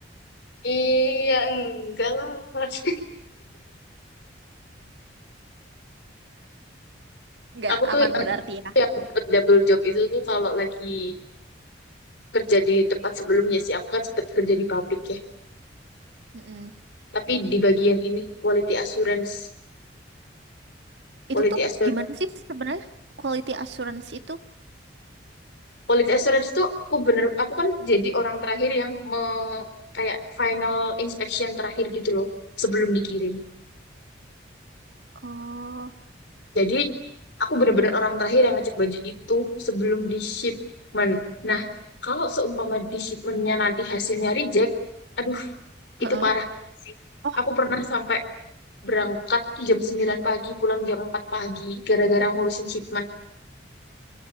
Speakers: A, on the left; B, on the right.
A: Iya, enggak lah. <laughs>
B: Nggak
A: Aku tuh
B: aman
A: yang
B: berarti ya.
A: yang dapet double job itu tuh kalau lagi kerja di tempat sebelumnya sih. Aku kan sempat kerja di pabrik ya.
B: Mm-mm.
A: Tapi di bagian ini quality assurance, quality
B: Itu tuh
A: assurance
B: gimana sih sebenarnya quality assurance itu?
A: Quality assurance tuh aku bener aku kan jadi orang terakhir yang me- kayak final inspection terakhir gitu loh sebelum dikirim.
B: Oh,
A: Jadi aku bener-bener orang terakhir yang ngecek baju itu sebelum di shipment. Nah, kalau seumpama di shipmentnya nanti hasilnya reject, aduh
B: heeh.
A: itu parah sih.
B: Oh,
A: Aku pernah sampai berangkat jam 9 pagi, pulang jam 4 pagi, gara-gara ngurusin shipment.